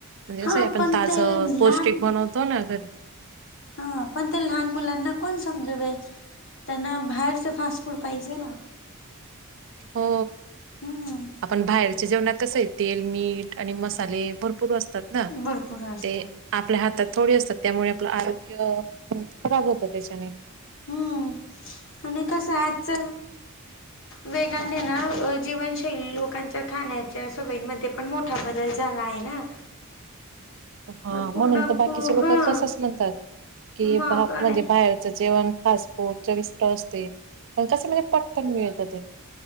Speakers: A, on the right (about 60°); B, on the left (about 60°).
A: म्हणजे
B: हा
A: कसंय. आपण
B: पण
A: ताजं
B: ते
A: पौष्टिक
B: लहान
A: बनवतो ना घरी.
B: ह पण ते लहान मुलांना कोण समजवेल. त्यांना बाहेरचं फास्ट फूड पाहिजे ना.
A: हो
B: हम्म
A: आपण बाहेरच्या जेवणात कसंय, तेल, मीठ आणि मसाले भरपूर असतात ना.
B: भरपूर असतात
A: ते आपल्या हातात थोडी असतात. त्यामुळे आपलं आरोग्य खराब होतं त्याच्याने.
B: हम्म आणि कसं याच
A: ह <unintelligible>
B: वेगाने ना जीवनशैली लोकांच्या खाण्याच्या सवयी मध्ये पण मोठा बदल झाला आहे ना.
A: हा
B: मग
A: म्हणून
B: पूर्ण
A: तर बाकीचे लोक
B: हा
A: तसच म्हणतात. कि
B: मग
A: भाप
B: आणि
A: म्हणजे बाहेरचं जेवण फास् फुट चविष्ट असते. पण कस म्हणजे पटकन मिळत ते.